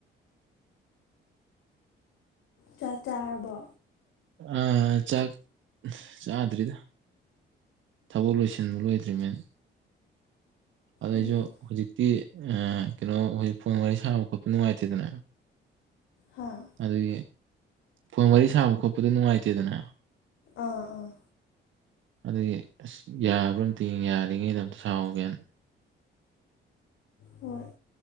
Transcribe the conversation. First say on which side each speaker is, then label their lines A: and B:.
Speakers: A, on the left; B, on the right.
A: ꯆꯥꯛ ꯆꯥꯔꯕꯣ?
B: ꯑ ꯆꯥꯛ ꯆꯥꯗ꯭ꯔꯤꯗ꯫ ꯊꯕꯛ ꯂꯣꯏꯁꯤꯟꯕ ꯂꯣꯏꯗ꯭ꯔꯤꯃꯦꯅ꯫ ꯑꯗꯨꯏꯁꯨ
A: ꯎꯝ
B: ꯍꯧꯖꯤꯛꯇꯤ ꯀꯩꯅꯣ ꯍꯧꯖꯤꯛ ꯐꯣꯟ ꯋꯥꯔꯤ ꯁꯥꯕ ꯈꯣꯠꯄ ꯅꯨꯡꯉꯥꯏꯇꯦꯗꯅ꯫
A: ꯍꯥꯥ
B: ꯑꯗꯨꯒꯤ ꯐꯣꯟ ꯋꯥꯔꯤ ꯁꯥꯕ ꯈꯣꯠꯄꯗꯣ ꯅꯨꯡꯉꯥꯏꯇꯦꯗꯅ꯫
A: ꯑꯥ ꯑꯥ
B: ꯑꯗꯨꯒꯤ ꯑꯁ ꯌꯥꯕ꯭ꯔꯥ ꯑꯝꯇ ꯌꯥꯔꯤꯉꯩꯗ ꯑꯝꯇ ꯁꯥꯎꯒꯦꯅ꯫
A: ꯍꯣꯏ